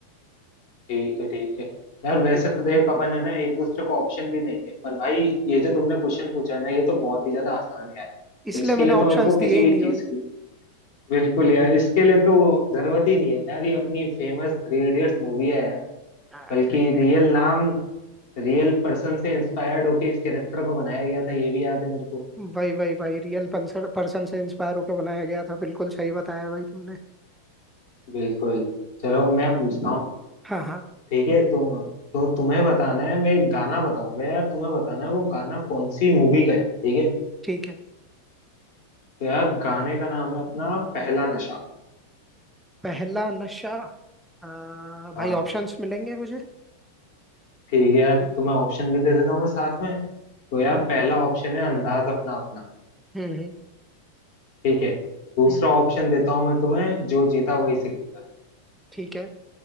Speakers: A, on the left (about 60°); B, in the centre.
A: ठीक है ठीक है यार वैसे
B: इ-
A: तो देख अपन है ना एक दूसरे को ऑप्शन भी देंगे पर भाई ये जो तुमने क्वेश्चन पूछा है ना ये तो बहुत ही ज्यादा आसान है यार
B: इसलिए
A: तो इसके
B: मैंने
A: लिए
B: ऑप्शंस
A: तो मेरे को किसी
B: दिए ही
A: भी
B: नहीं
A: चीज
B: भाई
A: की बिल्कुल यार इसके लिए तो जरूरत ही नहीं है यार ये अपनी फेमस थ्री इडियट्स मूवी है यार
B: <laughs>
A: बल्कि
B: थ्री
A: रियल नाम रियल पर्सन से इंस्पायर्ड होके इस कैरेक्टर को बनाया गया था ये भी याद है मेरे को
B: वही वही भाई रियल पर्सन से इंस्पायर होकर बनाया गया था बिल्कुल सही बताया भाई तुमने
A: बिल्कुल चलो मैं पूछता हूँ
B: हाँ हाँ
A: ठीक है तुम तो तुम्हें बताना है मैं एक गाना बताऊंगा यार तुम्हें बताना है वो गाना कौन सी मूवी का है ठीक है
B: ठीक है
A: तो यार गाने का नाम है अपना पहला नशा
B: पहला नशा आ,
A: हाँ
B: भाई ऑप्शंस मिलेंगे मुझे
A: ठीक है यार तुम्हें ऑप्शन भी दे देता हूँ मैं साथ में तो यार पहला ऑप्शन है अंदाज अपना अपना
B: हम्म हम्म
A: ठीक है दूसरा
B: हम्म,
A: ऑप्शन देता हूँ मैं तुम्हें जो जीता वही सिकंदर
B: ठीक है